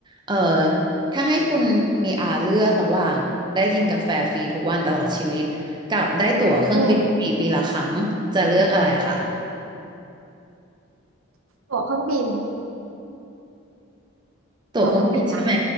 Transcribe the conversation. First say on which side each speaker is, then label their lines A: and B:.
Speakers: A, on the right; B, on the right.
A: เออถ้าให้คุณมีอาเลือกระหว่างได้กินกาแฟฟรีทุกวันตลอดชีวิตกับได้ตั๋วเครื่องบินฟรีปีละครั้งจะเลือกอะไรคะ
B: อืมตั๋วเครื่องบิน
A: ตั๋วเครื่องบินใช่ไหม
B: ตั๋วเครื่องบินนะ